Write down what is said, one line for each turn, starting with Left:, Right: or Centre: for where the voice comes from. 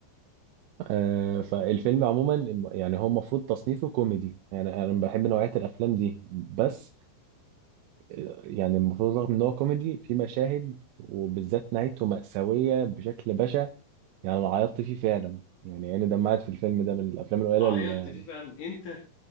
Right: آه، فالفيلم عموما يعني هو المفروض تصنيفه كوميدي يعني أنا بحب نوعية الأفلام دي بس آه، يعني المفروض رغم إن هو كوميدي في مشاهد وبالذات نهايته مأساوية بشكل بشع يعني انا عيطت فيه فعلا يعني عيني دمعت في الفيلم ده من الافلام القليله
Left: عيطت
Right: اللي
Left: فيه فعلا انت